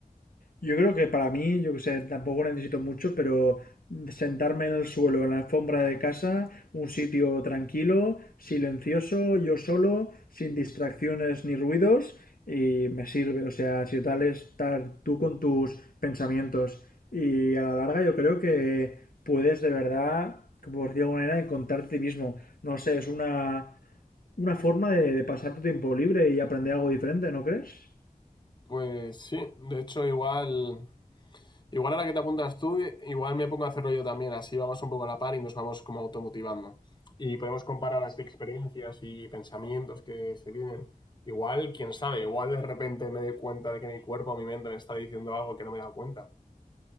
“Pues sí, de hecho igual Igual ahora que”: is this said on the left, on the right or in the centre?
Left